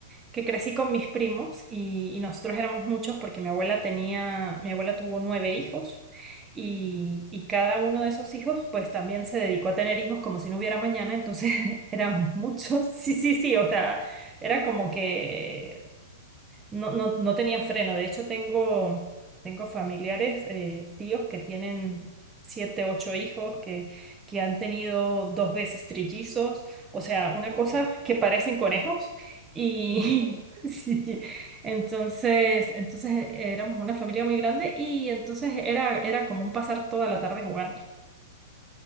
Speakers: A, on the right (about 20°); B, on the right (about 55°).
A: que crecí con mis primos y, y nosotros éramos muchos porque mi abuela tenía, mi abuela tuvo nueve hijos y, y cada uno de esos hijos pues también se dedicó a tener hijos como si no hubiera mañana, entonces <laughs> éramos muchos, sí, sí, sí, o sea, era como que No, no, no tenían freno. De hecho, tengo, tengo familiares, eh, tíos que tienen siete, ocho hijos, que, que han tenido dos veces trillizos. O sea,
B: Wow,
A: una cosa que parecen conejos. Y
B: <laughs> wow.
A: <laughs> sí, sí. Entonces, entonces eh, éramos una familia muy grande y entonces era, era como un pasar toda la tarde jugando.